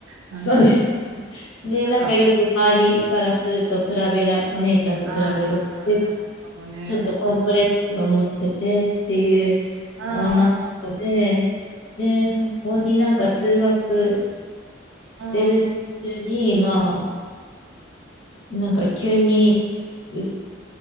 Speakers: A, on the right; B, on the left.
A: なるほど。
B: そうですね。で、
A: なんか、
B: なんかよく周りからすると比べら、
A: うん。
B: お姉ちゃんと比べて
A: ああ、なるほどね。
B: ちょっとコンプレックスを持っててっていう
A: ああ、
B: 女の子で、で、そこになんか通学してる途中に、
A: ああ、
B: まあ、なんか急にうす